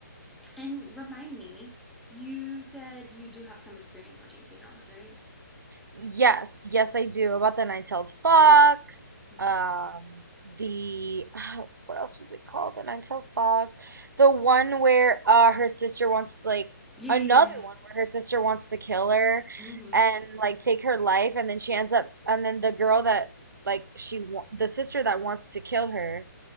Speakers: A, in the centre; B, on the right.
A: And remind me, you said you do have some experience watching K dramas, right?
B: Yes, yes, I do. About the Nine-Tailed Fox.
A: Mhm.
B: Um, the <sighs> what else was it called? The Nine-Tailed Fox. The one where uh her sister wants like
A: Yeah, yeah,
B: another
A: yeah.
B: one where her sister wants to kill her
A: Mm-hmm.
B: and like take her life and then she ends up and then the girl that like she wa the sister that wants to kill her